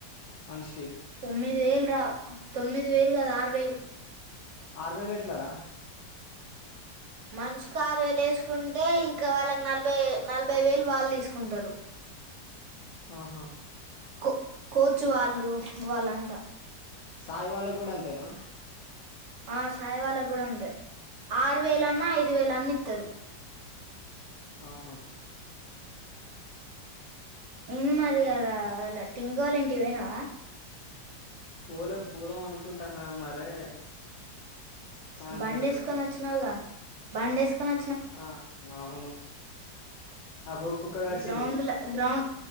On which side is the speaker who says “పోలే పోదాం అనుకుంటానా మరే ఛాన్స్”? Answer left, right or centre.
Left